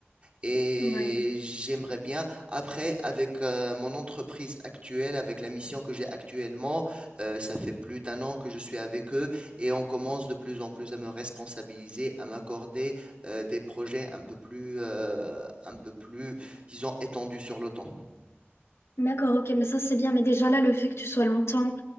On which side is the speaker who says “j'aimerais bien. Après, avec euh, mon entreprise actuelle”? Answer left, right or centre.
Right